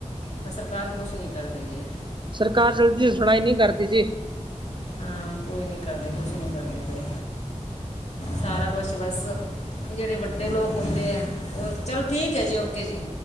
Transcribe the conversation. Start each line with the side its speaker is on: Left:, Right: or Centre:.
Left: ਤਾਂ ਸਰਕਾਰ ਕੁਛ ਨੀ ਕਰਦੀ ਗੀ।
Right: ਸਰਕਾਰ ਜਲਦੀ ਸੁਣਾਈ ਨੀ ਕਰਦੀ ਜੀ।
Left: ਹਾਂ, ਕੋਈ ਨੀ ਕਰਦੇ ਕੁਛ ਨੀ ਕਰਦੇ ਕੋਈ, ਸਾਰਾ ਕੁਛ ਬਸ ਜੇੜੇ ਵੱਡੇ ਲੋਕ ਹੁੰਦੇ ਐ, ਓ ਚਲੋ ਠੀਕ ਐ ਜੀ ਓਕੇ ਜੀ।